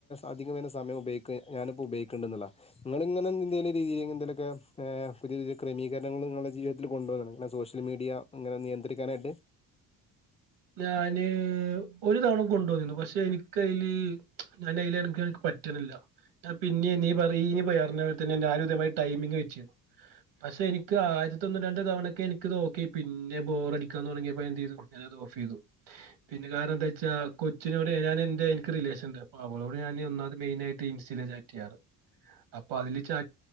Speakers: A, on the left; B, on the right.
A: അധികം വേെ സമയം ഉപയ ഞാനിപ്പോ ഉപയോഗിക്കണ്ട എന്നുള്ള നിങ്ങൾ ഇങ്ങനെ എന്തലും രീതി എന്തെലുമൊക്കെ പുതിയ പുതിയ ക്രമീകരണങ്ങൾങ്ങളത കൊണ്ടന്നെ സോഷ്യൽ മീഡിയ ഇങ്ങനെ നിയന്ത്രിക്കാനായിട്ട്
B: ആഹ ഒരു തവണ കൊണ്ടുവന്നിരുന്നു പക്ഷെ എനിക്ക്തിൽ ഞൻ അൽ എ എനിക്ക് പറ്റണില്ല പിന്നെ നീ പറ ഇനിയ പറഞ്ഞ പോലെ തന്നെ ഞാനും ഉദയമായി ടൈമിംഗ് വെച്ചിരുന്നു പക്ഷെ എനിക്ക് ആയിരത്തൊന്ന് രണ്ട തവണക്കെ എനിക്ക് നോക്കി പിന്നെ ബോർ അടിക്കാന്ന് തുടങ്ങിയപ്പോ എന്ത് ചെയ്തു ഓ്തു പിന്നെ കാരണം എന്താച്ചാ കൊച്ചിനോട് ഞൻ എ എനിക്ക് റിലേഷൻ ഉണ്ട് അ അവളോട് ഞ ഒന്നാത് മെയിൻ ആയിട്ട് ഇൻസ് ചാറ്റ് ചെയ്യാറ് അപ്പൊ അതില് ചാ